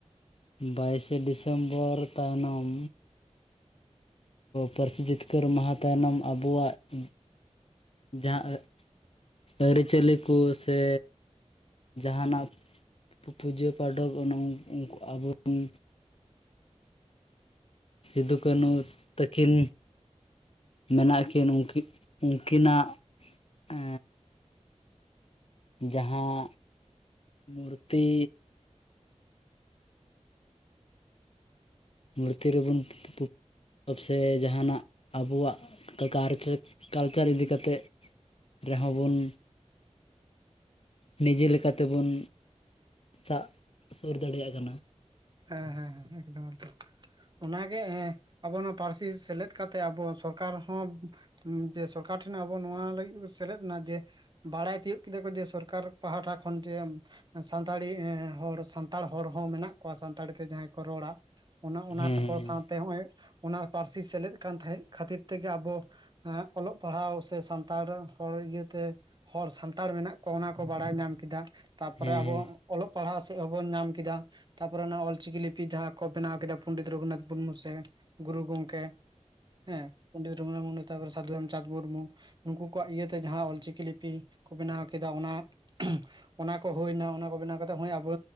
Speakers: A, on the left; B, on the right.
A: ᱵᱟᱭᱤᱥᱮ ᱰᱤᱥᱮᱢᱵᱚᱨ ᱛᱟᱭᱱᱚᱢ ᱯᱟᱹᱨᱥᱤ ᱡᱤᱛᱠᱟᱹᱨ ᱢᱟᱦᱟ ᱛᱟᱭᱱᱚᱢ ᱟᱵᱚᱣᱟᱜ <inaudible> ᱡᱟᱦᱟᱸ <unintelligible> ᱟᱹᱨᱤᱪᱟᱹᱞᱤ ᱠᱚ ᱥᱮ ᱡᱟᱦᱟᱱᱟᱜ ᱯᱩᱡᱟᱹ <unintelligible> ᱟᱵᱚ ᱵᱚᱱ ᱥᱤᱫᱩ ᱠᱟᱹᱱᱩ ᱛᱟᱹᱠᱤᱱ ᱢᱮᱱᱟᱜ ᱠᱤᱱ ᱩᱱᱠᱤᱱ <inaudible> ᱩᱱᱠᱤᱱᱟᱜ ᱮ ᱡᱟᱦᱟᱸ ᱢᱩᱨᱛᱤ ᱢᱩᱨᱛᱤ ᱨᱮᱵᱚᱱ <unintelligible> ᱯᱟᱥᱮ ᱡᱟᱦᱟᱱᱟᱜ ᱟᱵᱚ ᱟᱵᱚᱣᱟᱜ ᱠᱟᱨᱪ <inaudible> ᱠᱟᱞᱪᱟᱨ ᱤᱫᱤ ᱠᱟᱛᱮ ᱨᱮᱦᱚᱸ ᱵᱚᱱ ᱱᱤᱡᱮ ᱞᱮᱠᱟ ᱛᱮᱵᱚᱱ ᱥᱟᱵ ᱥᱩᱨ ᱫᱟᱲᱮᱭᱟᱜ ᱠᱟᱱᱟ᱾
B: ᱦᱮᱸ ᱦᱮᱸ ᱦᱮᱸ ᱮᱠᱫᱚᱢ <unintelligible> ᱚᱱᱟᱜᱮ ᱮ ᱟᱵᱚ ᱱᱚᱣᱟ ᱯᱟᱹᱨᱥᱤ ᱥᱮᱞᱮᱫ ᱠᱟᱛᱮᱜ ᱟᱵᱚ ᱥᱚᱨᱠᱟᱨ ᱦᱚᱸ ᱮᱢ ᱡᱮ ᱥᱚᱨᱠᱟᱨ ᱴᱷᱮᱱ ᱟᱵᱚ ᱱᱚᱶᱟ ᱞᱟᱹᱜᱤᱫ ᱵᱚᱱ ᱥᱮᱞᱮᱫᱱᱟ ᱡᱮ ᱵᱟᱲᱟᱭ ᱛᱤᱭᱳᱜ ᱠᱮᱫᱟ ᱠᱚ ᱡᱮ ᱥᱚᱨᱠᱟᱨ ᱯᱟᱦᱴᱟ ᱠᱷᱚᱱ ᱡᱮ ᱥᱟᱱᱛᱟᱲᱤ ᱮ ᱮ ᱦᱚᱲ ᱥᱟᱱᱛᱟᱲ ᱦᱚᱲ ᱦᱚᱸ ᱢᱮᱱᱟᱜ ᱠᱚᱣᱟ ᱥᱟᱱᱛᱟᱲᱤ ᱛᱮ ᱡᱟᱦᱟᱸᱭ ᱠᱚ ᱨᱚᱲᱟ᱾ ᱚᱱᱟ ᱚᱱᱟ
A: ᱦᱮᱸ
B: ᱠᱚ ᱥᱟᱶᱛᱮ ᱦᱚᱜᱼᱚᱭ ᱚᱱᱟ ᱯᱟᱹᱨᱥᱤ ᱥᱮᱞᱮᱫ ᱠᱟᱱ ᱛᱟᱦᱮᱸ ᱠᱷᱟᱹᱛᱤᱨ ᱛᱮᱜᱮ ᱟᱵᱚ ᱮ ᱚᱞᱚᱜ ᱯᱟᱲᱦᱟᱣ ᱥᱮ ᱥᱟᱱᱛᱟᱲ ᱦᱚᱲ ᱤᱭᱟᱹᱛᱮ ᱦᱚᱲ ᱥᱟᱱᱛᱟᱲ ᱢᱮᱱᱟᱜ ᱠᱚ ᱚᱱᱟ ᱠᱚ ᱵᱟᱲᱟᱭ ᱧᱟᱢ ᱠᱮᱫᱟ ᱛᱟᱨ ᱯᱚᱨᱮ
A: ᱦᱮᱸ
B: ᱟᱵᱚ ᱚᱞᱚᱜ ᱯᱟᱲᱦᱟᱜ ᱥᱮᱫ ᱦᱚᱸᱵᱚᱱ ᱧᱟᱢ ᱠᱮᱫᱟ ᱛᱟᱨ ᱯᱚᱨᱮ ᱚᱱᱟ ᱚᱞᱪᱤᱠᱤ ᱞᱤᱯᱤ ᱡᱟᱦᱟᱸ ᱠᱚ ᱵᱮᱱᱟᱣ ᱠᱮᱫᱟ ᱯᱚᱱᱰᱤᱛ ᱨᱚᱜᱷᱩᱱᱟᱛᱷ ᱢᱩᱨᱢᱩ ᱥᱮ ᱜᱩᱨᱩ ᱜᱚᱢᱠᱮ ᱦᱮᱸ ᱯᱚᱱᱰᱤᱛ ᱨᱚᱜᱷᱩᱱᱟᱛ ᱢᱩᱨᱢᱩ ᱛᱟᱨᱯᱚᱨᱮ ᱥᱟᱫᱷᱩ ᱨᱟᱢᱪᱟᱸᱫᱽ ᱢᱩᱨᱢᱩ ᱱᱩᱠᱩ ᱠᱚᱣᱟᱜ ᱤᱭᱟᱹᱛᱮ ᱡᱟᱸ ᱚᱞᱪᱤᱠᱤ ᱞᱤᱯᱤ ᱠᱚ ᱵᱮᱱᱟᱣ ᱠᱮᱫᱟ ᱚᱱᱟ ᱚᱱᱟ ᱠᱚ ᱦᱩᱭᱱᱟ ᱚᱱᱟ ᱠᱚ ᱵᱮᱱᱟᱣ ᱠᱟᱛᱮᱜ ᱦᱚᱭ ᱟᱵᱚ